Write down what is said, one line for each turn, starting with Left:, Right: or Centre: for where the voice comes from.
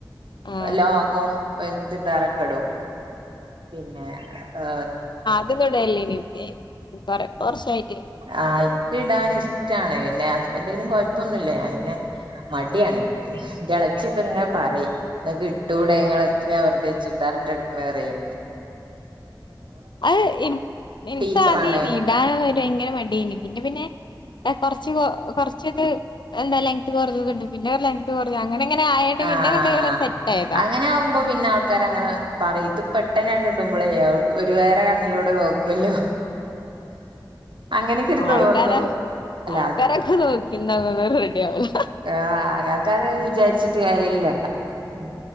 Left: ആ
Right: ലോങ്ങും പോലത്തെ ദാറൊക്കെടും പിന്നെ ഏ
Left: <unintelligible> കൊറച്ചായി
Right: ആ ഇൻക്ക് ഇടാന് ഇഷ്ടാണ് പിന്നെ ഹസ്ബന്റിനും കൊയപ്പൊന്നുല്ല ഞാന് ന്നെ മടിയാണ് ഇനിക്ക് ന്റെ ഇളച്ചിയൊക്കെ ഇങ്ങനെ പറയും ഇങ്ങക്ക് ഇട്ടുടെ
Left: ആ
Right: ഇങ്ങളെന്തിനാ വെറ്തെ ചുർതാറിട്ടടക്കണ് പറയു
Left: ആ എനി എനികാദ്യേനി
Right: ടീച്ചറാണ്
Left: ഇടാൻ ഒരു വയങ്കര മടി യെനി പിന്നെ പിന്നെ എ കുറച്ച് കുറച്ചത് എന്താ ലെങ്ത്ത് കുറഞത്ണ്ട് പിന്നെ ലെങ്ത്ത് കുറഞ്ഞ അങ്ങനെ അങ്ങനെ ആയാണ്ട്
Right: ആ ആ
Left: പിന്നെങ്ങട്
Right: ആ
Left: സെറ്റായതാ
Right: അങ്ങനെ ആവുമ്പോ പിന്നെ ആൾക്കാരങ്ങനെ പറയും ഇതി പെട്ടെന്നാണ്ട് ഇടുമ്പളെ അവൾക്കൊരു വേറെ കണ്ണിലൂടെ നോക്കുവല്ലോ അങ്ങനെയൊക്കെ ഒരു
Left: ആൾക്കാര
Right: തോന്നും അല്ല
Left: ആൾക്കാരൊക്കെ നോക്കി <unintelligible>
Right: ആ ആൾക്കാര വിചാരിച്ചിട്ട് കാര്യല്ല പി